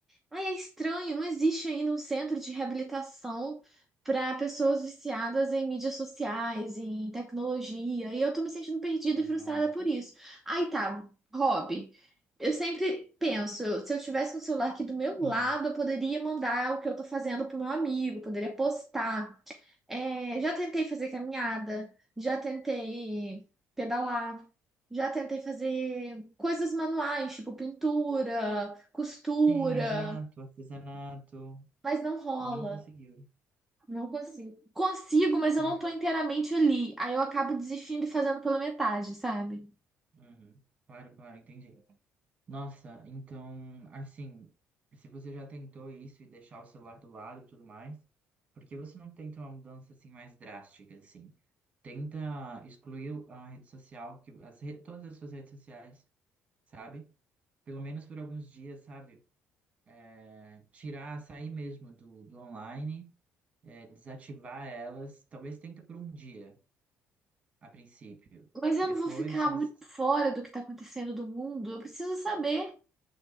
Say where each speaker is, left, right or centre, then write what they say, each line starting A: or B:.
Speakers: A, in the centre; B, on the right.
A: Ai, é estranho, não existe ainda um centro de reabilitação para pessoas viciadas em mídias sociais, em tecnologia, e eu tô me sentindo perdida
B: É,
A: e frustrada
B: realmente.
A: por isso. Aí tá, hobby. Eu sempre penso, eu- se eu tivesse com o celular aqui do meu lado,
B: Hum.
A: eu poderia mandar o que eu tô fazendo pro meu amigo, poderia postar. É, já tentei fazer caminhada, já tentei pedalar, já tentei fazer coisas manuais, tipo pintura, costura
B: Tem, exato, artesanato.
A: mas não rola.
B: E não conseguiu.
A: Não consigo. Consigo, mas
B: Cara,
A: eu não tô inteiramente ali. Aí eu acabo desistindo e fazendo pela metade, sabe?
B: uhum. Claro, claro, entendi. Nossa, então, assim, se você já tentou isso e deixar o celular do lado e tudo mais, por que você não tenta uma mudança assim mais drástica, assim? Tenta excluir a rede social, que as re- todas as suas redes sociais, sabe? Pelo menos por alguns dias, sabe? É, Tirar, sair mesmo do, do online, é, desativar elas, talvez tenta por um dia, a princípio.
A: Mas eu
B: Depois,
A: não vou ficar
B: se
A: muito
B: você
A: fora do que tá acontecendo do mundo. Eu preciso saber.